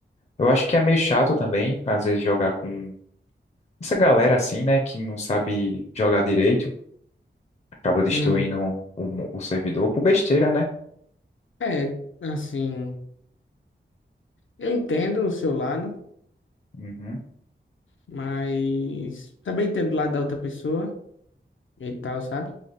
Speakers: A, on the left (about 35°); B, on the left (about 80°).
A: Eu acho que é meio chato também, às vezes, jogar com essa galera assim, né, que não sabe jogar direito, acaba destruindo
B: Hum.
A: o, mo- o servidor por besteira, né?
B: É, assim, eu entendo o seu lado,
A: Uhum.
B: mas também entendo o lado da outra pessoa. e tal, sabe?